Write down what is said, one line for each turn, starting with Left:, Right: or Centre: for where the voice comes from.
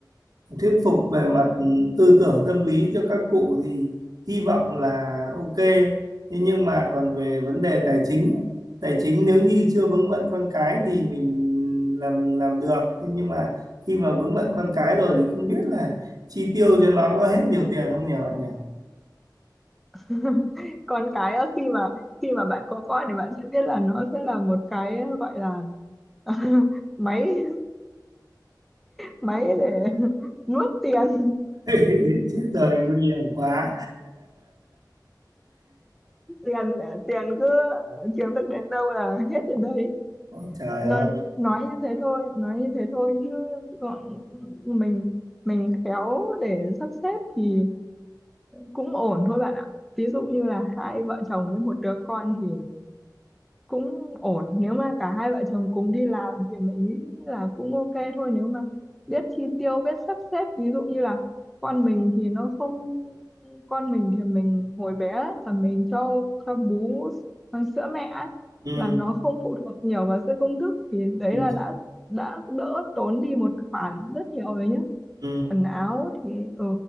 Right: thuyết phục về mặt tư tưởng tâm lý cho các cụ thì hy vọng là ok. Thế nhưng mà còn về vấn đề tài chính, ấy, tài chính nếu như chưa vướng bận con cái thì mình làm làm được. Thế nhưng mà khi mà vướng bận con cái rồi thì không biết là chi tiêu cho nó có hết nhiều tiền không nhỉ bạn nhỉ?
Centre: <laughs> còn cái á, khi mà khi mà bạn có con thì bạn sẽ biết là nó sẽ là một cái gọi là <laughs> máy máy để <laughs> nuốt tiền
Right: <laughs> Chết rồi nguy hiểm quá.
Centre: tiền tiền cứ kiếm được đến đâu là hết đến đấy
Right: Ôi trời
Centre: nói
Right: ơi.
Centre: nói như thế thôi nói như thế thôi chứ gọn mình mình khéo để sắp xếp thì cũng ổn thôi bạn ạ ví dụ như là hai vợ chồng với một đứa con thì cũng ổn nếu mà cả hai vợ chồng cùng đi làm thì mình nghĩ là cũng ok thôi nếu mà biết chi tiêu biết sắp xếp ví dụ như là con mình thì nó không con mình thì mình hồi bé ấy, là mình cho cho bú ờ, sữa mẹ ấy,
Right: Ừ.
Centre: là nó không phụ thuộc nhiều vào sữa công thức thì đấy
Right: Ừ.
Centre: là đã đã đỡ tốn đi một khoản rất nhiều rồi nhé
Right: Ừ.
Centre: quần áo thì ừ